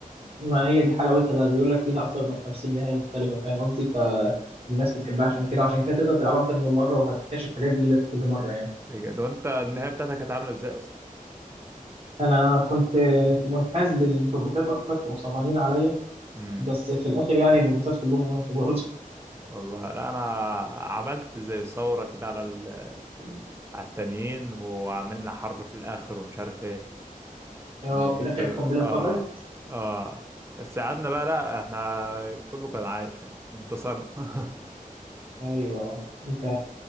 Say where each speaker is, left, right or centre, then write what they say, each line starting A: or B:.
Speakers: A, on the right; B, on the right.
A: ما هي دي حلاوتها بقى بيقول لك ليها اكتر من 50 نهاية مختلفة فاهم قصدي؟ فالناس بتحبها عشان كده عشان كده تقدر تلعبها اكتر من مرة وهتكتشف حاجات جديدة في كل مرة يعني
B: بجد وأنت النهاية بتاعتك كانت عاملة إزاي
A: انا كنت منحاز للروبوتات اكتر كانوا صعبانين عليا
B: أصلا؟
A: بس في الاخر يعني الروبوتات كلهم ماتوا برضه
B: والله لا انا عملت زي ثوره كده على ال-
A: <laughs>
B: على التانيين وعملنا حرب في الاخر ومش عارف ايه يعني
A: اه في الاخر
B: ك... اه
A: القنبله اتفجرت
B: اه بس قعدنا بقى لا احنا كله كان عايش يعني انتصرنا <laughs>
A: ايوه انت